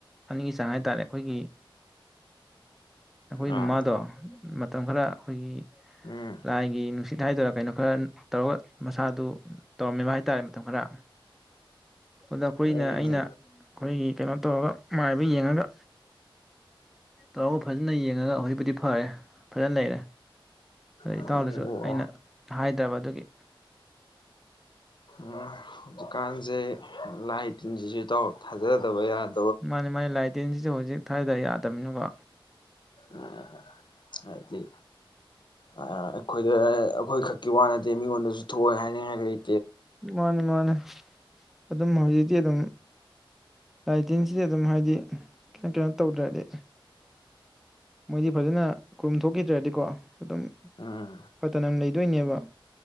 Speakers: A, in the centre; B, on the left.
A: ꯑꯅꯤꯒꯤ ꯆꯥꯡ ꯍꯥꯏꯇꯥꯔꯦ ꯑꯈꯣꯏꯒꯤ ꯑꯈꯣꯏ
B: ꯑꯥ
A: ꯃꯥꯗꯣ ꯃꯇꯝ ꯈꯔ ꯑꯩꯈꯣꯏꯒꯤ
B: ꯎꯝ
A: ꯂꯥꯏꯒꯤ ꯅꯨꯡꯁꯤꯠ ꯍꯥꯏꯗꯣꯏꯔꯥ ꯀꯩꯅꯣ ꯈꯔ ꯇꯧꯔꯒ ꯃꯁꯥꯗꯨ ꯇꯧꯔꯝꯃꯦꯕ ꯍꯥꯏꯇꯥꯔꯦ ꯃꯇꯝ ꯈꯔ ꯑꯗ ꯑꯩꯈꯣꯏꯅ
B: ꯎꯝ
A: ꯑꯩꯅ ꯑꯩꯈꯣꯏꯒꯤ ꯀꯩꯅꯣ ꯇꯧꯔꯒ ꯃꯥꯏꯕ ꯌꯦꯡꯉꯒ ꯇꯧꯔꯒ ꯐꯖꯅ ꯌꯦꯡꯉꯒ ꯍꯧꯖꯤꯛꯄꯨꯗꯤ ꯐꯔꯦ ꯐꯖꯅ ꯂꯩꯔꯦ
B: ꯑꯣ
A: ꯏꯇꯥꯎꯗꯁꯨ ꯑꯩꯅ
B: ꯑꯣ
A: ꯍꯥꯏꯗ ꯇꯕ ꯑꯗꯨꯒꯤ
B: ꯎꯝ ꯍꯧꯖꯤꯛꯀꯥꯟꯖꯦ ꯂꯥꯏ ꯇꯤꯟꯖꯤꯖꯨ ꯏꯇꯥꯎ ꯊꯥꯖꯗꯕ ꯌꯥꯗꯦ
A: ꯃꯥꯅꯦ ꯃꯥꯅꯦ ꯂꯥꯏꯇꯤꯟꯖꯤꯖꯨ ꯍꯧꯖꯤꯛ ꯊꯖꯗ ꯌꯥꯗꯦ ꯇꯝꯃꯤꯅꯣꯕ
B: ꯎꯝ ꯍꯥꯏꯗꯤ ꯑ ꯑꯩꯈꯣꯏꯗ ꯑꯩꯈꯣꯏ ꯈꯛꯀꯤ ꯋꯥ ꯅꯠꯇꯦ ꯃꯤꯉꯣꯟꯗꯁꯨ ꯊꯣꯛꯑꯣꯏ ꯍꯥꯏꯅꯤꯡꯉꯥꯏ ꯂꯩ
A: ꯃꯥꯅꯦ ꯃꯥꯅꯦ ꯑꯗꯨꯝ ꯍꯧꯖꯤꯛꯗꯤ ꯑꯗꯨꯝ ꯂꯥꯏꯇꯤꯟꯁꯤꯗꯤ ꯑꯗꯨꯝ ꯍꯥꯏꯗꯤ ꯀꯩꯅꯣ ꯀꯩꯅꯣ ꯇꯧꯗ꯭ꯔꯗꯤ ꯃꯣꯏꯗꯤ ꯐꯖꯅ ꯈꯨꯔꯨꯝ ꯊꯣꯛꯈꯤꯗ꯭ꯔꯗꯤꯀꯣ ꯑꯗꯨꯝ
B: ꯎꯝ
A: ꯐꯠꯇꯅ ꯎꯝ ꯂꯩ ꯑꯗꯨꯏꯅꯦꯕ